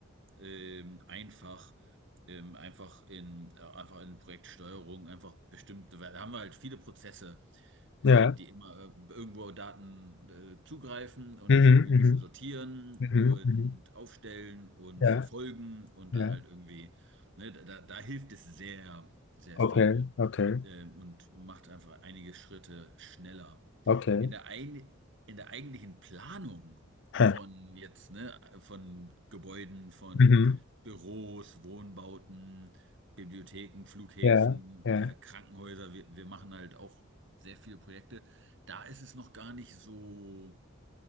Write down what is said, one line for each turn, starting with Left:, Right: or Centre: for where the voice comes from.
Right: ähm, einfach, ähm, einfach in, äh, einfach in Projektsteuerung, einfach bestimmte, weil da haben wir halt viele Prozesse, äh,
Left: Ja.
Right: die immer äh, irgendwo Daten äh, zugreifen und
Left: Mhm,
Right: das irgendwie
Left: mhm.
Right: ein bisschen sortieren
Left: Mhm.
Right: und
Left: Mhm. mhm.
Right: aufstellen und
Left: Ja,
Right: verfolgen und
Left: ja.
Right: dann halt irgendwie, ne, da, da da hilft es sehr, sehr
Left: Okay,
Right: viel
Left: okay,
Right: ähm, und macht einfach einige Schritte schneller.
Left: okay.
Right: In der, ein, in der eigentlichen Planung
Left: Hä.
Right: von jetzt, ne, von Gebäuden, von
Left: Mhm.
Right: Büros, Wohnbauten, Bibliotheken, Flughäfen,
Left: Ja, ja.
Right: äh, Krankenhäuser, wir, wir machen halt auch sehr viele Projekte. Da ist es noch gar nicht so.